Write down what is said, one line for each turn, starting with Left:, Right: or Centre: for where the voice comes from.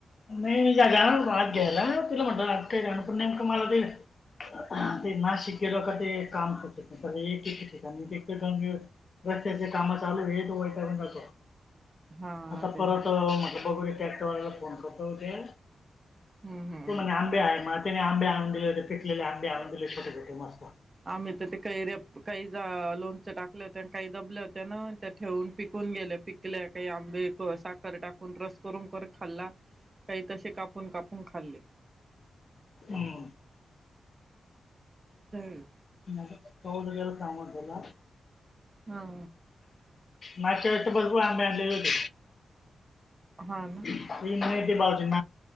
Left: नाही जागा आत घ्यायला. तिला म्हणलं आज कैऱ्या आणू पण नेमकं मला ते. हा ते नाशिक का ते कामचत नाही एक ठिकाणी दोन रस्त्याचे काम चाल आहेत वैतागून जातो.
Right: हा
Left: आता
Right: ते
Left: परत
Right: आहे
Left: म्हणलं बगू ट्रॅक्टर वाल्याला फोन करू. आता उद्या
Right: हम्म हम्म हम्म
Left: तू मने आंबे आहे म त्याने आंबे आणून दिले होते. पिकलेले आंबे आणून दिले होते छोटे छटे मस्त.
Right: आम्ही तर ते कैऱ्या काही जा लोणच टाकलत अन् काही दबल होत्या ना. त्या ठेऊन पिकून गेल्या. पिकल्या काही आंबे साखर टाकून रस करून करून खाल्ला. काही तसे कापून कापून खाल्ले.
Left: हम्म.
Right: ते.
Left: मग <unintelligible> काम होत त्याला.
Right: हा.
Left: मागच्या वेळेस तर भरपूर आंबे आणलेले होते.
Right: हा ना
Left: ही नाही ते भाऊजीन